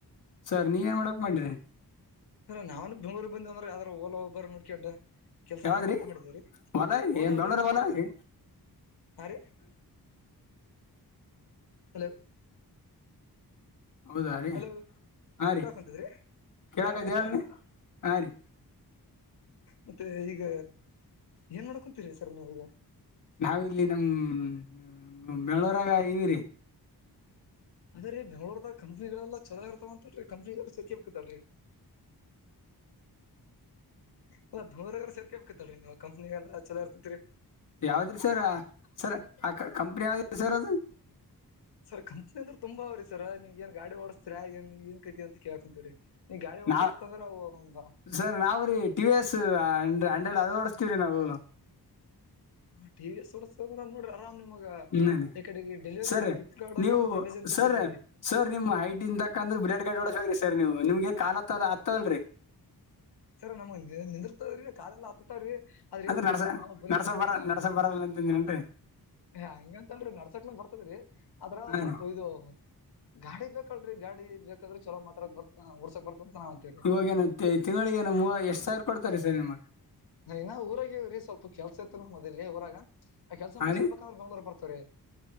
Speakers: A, on the left (about 50°); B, on the left (about 80°).
A: ಸರ್ ನೀವ ಏನ್ ಮಾಡಬೆಕ್ತ ಮಾಡ್ರಿ
B: ಅರ ನಾನ್ ಬೆಂಗಳೂರು ಬಂದ್ರ ಯಾವದ್ರರು ಓಲ ಒಬ್ಬರು ನೋಡ್ಕೊಂಡಟ ಕೆಲ್ಸ
A: ಯಾವ್ದ್ರಿ
B: ಮಾಡ್ಬೇಕಂತ ಮಾಡಿದೇವ್ರಿ
A: ಹೊಲ ರೀ
B: ಓಲೋ
A: ಬೆಂಗಳೂರ
B: ಒಬ್ ಅಂತ
A: ಹೊಲ
B: ಬರ್ತ
A: ರೀ
B: ಹಾ ರೀ ಹಲೋ
A: ಹೌದಾ ರೀ
B: ಹಲೋ
A: ಹಾ ರೀ
B: ಕೇಳ್ಕೊಂತಿದ್ರಿ
A: ಕೇಳಕೈದ
B: ಕೇಳ್ಕೊಂತ
A: ಹೇಳ್ರಿ ಹ ರೀ
B: ಮತ್ತೆ ಈಗ ಏನ್ ಮಾಡೋಡ್ಕೊಂತೀರಿ ಸರ್ ನೀವೀಗ
A: ನಾವ ಇಲ್ಲಿ ನಮ್ಮ ಬೆಂಗಳುರಾಗ ಇವೀರಿ
B: ಅದ್ರೀ ಬೆಂಗಳೂರ್ದಾಗ ಕಂಪನಿಗಳೇಲಾ ಚಲೋ ಇರ್ತಾವಂತಲ್ರೀ ಕಂಪ್ನಿ ಸಕೆ ಬೇಕತ್ತತಲ್ರಿ
A: <unintelligible>
B: ಅಲಾ ಬೆಂಗಳೂರಿಗೆ ಸೇರ್ಕೇ ಬೇಕತ್ತರಿ ನಾವವು ಕಂಪ್ನಿಗೆಲ್ಲ ಚಲೋ ಇರ್ತೇತ್ರಿ
A: ಯಾವ್ದ್ರಿ ಸರ್ ಸರ್ ಆ ಕಂಪ್ನಿ ಯಾವ್ದ್ರೀ ಸರ್ ಅದು.
B: ಸರ್ ಕಂಪ್ನಿ ಅಂದ್ರೆ ತುಂಬ ಅವ್ರಿ ಸರ್ ನೀವ್ ಏನ್ ಗಾಡಿ ಓಡಿಸ್ತೀರಾ ಏನ್ ಏನ್ ಕೈತಿ ಅಂತ ಕೇಳಾಕುಂತಿರಿ. ನೀವ್ ಗಾಡಿ ಒಡ್ಸಿರುತ್ತಂದ್ರೆ
A: ನಾವ್
B: ಅವು ಹಂಗ
A: ಸರ್ ನಾವುರೀ ಟಿವ ವಿ ಎಸ್ ಹಂಡ್ರೆಡ್ ಅದ ಓಡಸ್ತಿವ್ರೀ ನಾವು.
B: ಹ ಟಿ ಸೋಡ್ಸೋದ್ರ ನೋಡಿ ಆರ್. ನಮ್ಗ
A: ಹ್ಮ್
B: ಈ ಕಡೆಗೆ ಡೆಲಿವರಿ
A: ಸರ್
B: ಫ್ಲಿಪ್ಕಾರ್ಟ್ ಆಗ
A: ನೀವು
B: ಮತ್ತೆ ಅಮೆಜಾನ್ ಪೇ
A: ಸರ್
B: ಸಿಗ್ತದ ರೀ.
A: ಸರ್ ನಿಮ್ ಹೈಟ್ ಇನ್ ತಕಂದ್ರೆ ಬ್ಲೆಡ್ ಕಟ್ ಡಸ್ಬೇಕ್ರಿ ಸರ್ ನೀವು ನಿಮ್ಗೆ ಕಾಲ ಕಾಲ ಆತ್ತತವಲ್ರರಿ.
B: ಸರ ನಮಗ ನಿಂದರ್ತವ್ರಿ ಕಾಲೆಲ್ಲ ಹತ್ತತ್ತವ್ರಿ. ಆದ್ರೇನ್
A: ಅಂದ್ರ
B: ಮಾಡಮ್ರಿ
A: ನಡ್ಸ
B: ನಾವು ಬುಲೆಟ್
A: ನಡ್ಸ
B: ತಕನ್
A: ಬರ
B: ಆ
A: ನಡ್ಸ ಬರಲ್ಲ ಅಂತಂದಿರೇನ್ರಿ
B: ಹಂಗಂತಲ್ರಿ ನಡ್ಸಕ್ ನಿಮ್ಗ್ ಬರ್ತದ್ರಿ ಅದ್ರ
A: ಹಾ
B: ಸ್ವಲ್ಪ್
A: ರೀ
B: ಇದು ಗಾಡಿ ಬೇಕಲ್ರಿ ಗಾಡಿ ಬೇಕಾದ್ರೆ ಚಲೋ ಮಾತಾಕ್ ಬರ್ ಹೊಡ್ಸಕ್ ಬರ್ತ ಅಂತ ನಾವ್ ಅಂತೀವ್ರಿ
A: ಇವಾಗೇನ ತಿಂಗಳಿಗೆ ಏ ಮೂವ ಎಷ್ಟ್ ಸಾವಿರ ಕೊಡ್ತಾರೆ ಸರ್ ನಿಮಗೆ.
B: ನಾ ಇನ್ನ ಊರಾಗವ್ರೀ ಸ್ವಲ್ಪ ಕೆಲ್ಸ ಇತ್ತುತ್ ಮೊದಲಿ ಊರಾಗ ಆ ಕೆಸ
A: ಹಾ
B: ಮುಗಸನ್
A: ರೀ
B: ಬೇಕಂದ್ರೆ ಬಂಗಳೂರ್ ಬರ್ತವ್ರರಿ.